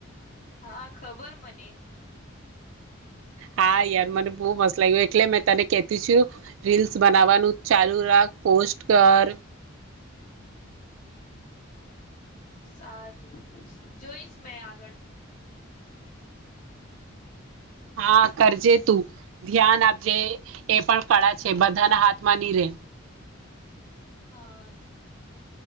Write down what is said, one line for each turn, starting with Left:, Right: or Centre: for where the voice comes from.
Left: હા ખબર મને
Right: હા યાર મને બો મસ્ત લાગ એટલે મેં તને કેતી છું રીલ્સ બનાવવાનું ચાલુ રાખ પોસ્ટ કર
Left: સારી જોઈશ મેં આગળ
Right: હા કરજે તું ધ્યાન આપજે એ પણ કળા છે બધાના હાથમાં ની રે
Left: હા